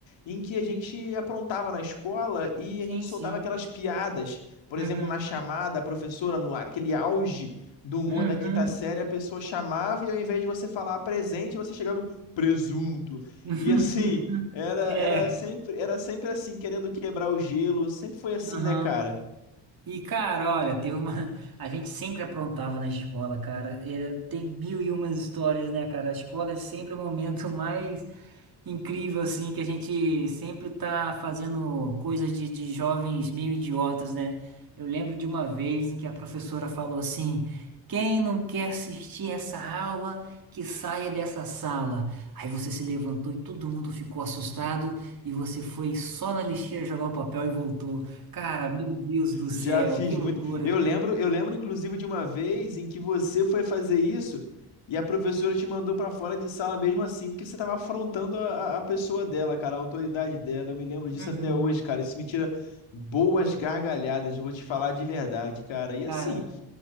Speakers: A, on the left; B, on the right.
A: em que a gente aprontava na escola e
B: Sim,
A: a gente soltava
B: sim.
A: aquelas piadas. Por
B: Uhum.
A: exemplo, na chamada, a professora, no aquele auge do humor
B: Uhum.
A: da quinta série, a pessoa chamava e ao invés de você falar presente, você chegava presunto.
B: <laughs>
A: E assim, era,
B: É.
A: era sempre, era sempre assim, querendo quebrar o gelo. Sempre foi assim,
B: Uhum.
A: né, cara?
B: E, cara, olha, teve uma. <laughs> A gente sempre aprontava na escola, cara. Era... Tem mil e umas histórias, né, cara? A escola é sempre o momento <laughs> mais incrível, assim, que a gente sempre tá fazendo coisas de, de jovens meio idiotas, né? Eu lembro de uma vez em que a professora falou assim: quem não quer assistir essa aula, que saia dessa sala. Aí você se levantou e todo mundo ficou assustado e você foi só na lixeira jogar o papel e voltou. Cara, meu Deus do céu,
A: Já fiz
B: que loucura.
A: muito. Eu lembro, eu lembro inclusive de uma vez em que você foi fazer isso e a professora te mandou pra fora de sala mesmo assim, porque você tava afrontando a, a a pessoa dela, cara, a autoridade dela. Eu me lembro disso
B: Uhum.
A: até hoje, cara. Isso me tira boas gargalhadas, eu vou te falar de verdade, cara. E
B: Cara,
A: assim,